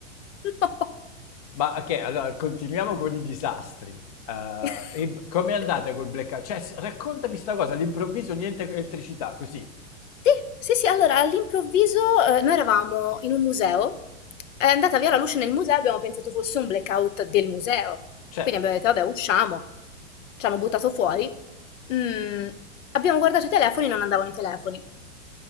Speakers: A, on the left; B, on the left.
A: No.
B: Ma ok, allora continuiamo con i disastri. Eh,
A: <laughs>
B: e com'è andata col blackout? Cioè, s- raccontami sta cosa, all'improvviso niente elettricità, così.
A: Sì, sì, sì, allora all'improvviso eh, noi eravamo in un museo È andata via la luce nel museo, abbiamo pensato fosse un blackout del museo.
B: Certo.
A: Quindi abbiamo detto, vabbè, usciamo. Ci hanno buttato fuori. Mm, abbiamo guardato i telefoni, non andavano i telefoni.